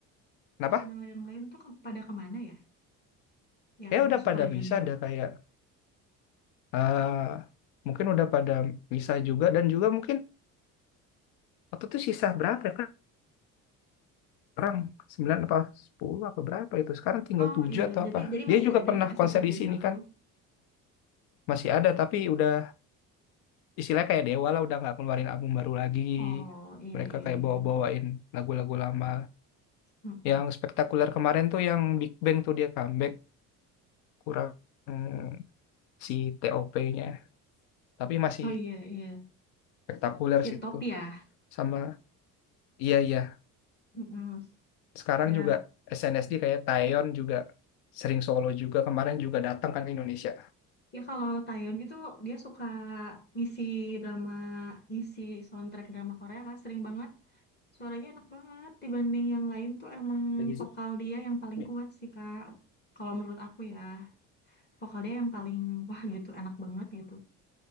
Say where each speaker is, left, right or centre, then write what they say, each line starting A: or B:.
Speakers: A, on the left; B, on the left.
A: Kenapa?
B: Personel yang lain tuh ke- pada kemana ya? Yang
A: Kayak udah
B: Super
A: pada
B: Junior.
A: misah, ada kayak eh mungkin udah pada misah juga dan juga mungkin Waktu itu sisa berapa ya kan orang 9 apa 10 apa berapa itu. Sekarang tinggal
B: Oh
A: 7
B: iya.
A: atau
B: Jadi
A: apa.
B: jadi
A: Dia
B: masih
A: juga
B: ada
A: pernah
B: ya
A: konser
B: Super Junior
A: di sini kan.
B: tuh.
A: Masih ada tapi udah istilahnya kayak Dewa lah udah nggak keluarin album baru lagi.
B: Oh iya
A: Mereka
B: iya
A: kayak
B: iya.
A: bawa-bawain lagu-lagu lama.
B: Mm-mm.
A: Yang spektakuler kemarin tuh yang Big Bang tuh dia comeback kurang mm, si TOP-nya. Tapi masih
B: Oh iya iya.
A: spektakuler
B: Si
A: sih
B: Top
A: itu.
B: ya.
A: Sama iya iya.
B: Mm-mm.
A: Sekarang
B: Ya
A: juga SNSD kayak Taeyeon juga sering solo juga kemarin juga datang kan ke Indonesia.
B: Ya kalau Taeyeon itu dia suka ngisi drama, ngisi soundtrack drama Korea kan sering banget. Suaranya enak banget dibanding yang lain tuh emang
A: Lagi Zoom
B: vokal dia yang paling
A: ya?
B: kuat sih Kak. Kalau menurut aku ya, vokal dia yang paling <laughs> wah gitu, enak banget gitu.